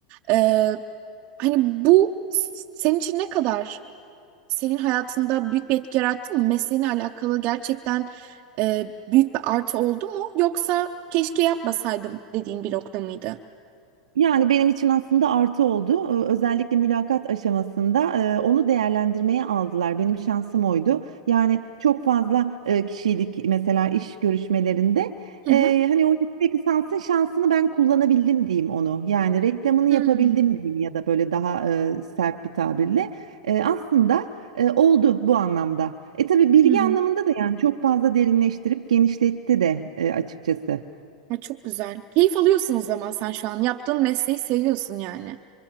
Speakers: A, on the right; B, on the right.
A: Ee, hani bu s- senin için ne kadar senin hayatında büyük bir etki yarattı mı? Mesleğine alakalı gerçekten e, büyük bir artı oldu mu? Yoksa keşke yapmasaydım dediğin bir nokta mıydı?
B: Yani benim için aslında artı oldu. Ee, Özellikle mülakat aşamasında e, onu değerlendirmeye aldılar. Benim şansım oydu. Yani çok fazla e, kişiydik mesela iş görüşmelerinde.
A: Hı
B: Ee,
A: hı.
B: hani o yüksek lisansın şansını ben kullanabildim diyeyim onu. Yani reklamını yapabildim
A: Hmm.
B: diyeyim ya da böyle daha e, sert bir tabirle. E, aslında e, oldu bu anlamda. E tabii bilgi
A: Hı hı.
B: anlamında da yani çok fazla derinleştirip genişletti de e, açıkçası.
A: Ay, çok güzel. Keyif alıyorsun o zaman sen şu an. Yaptığın mesleği seviyorsun yani.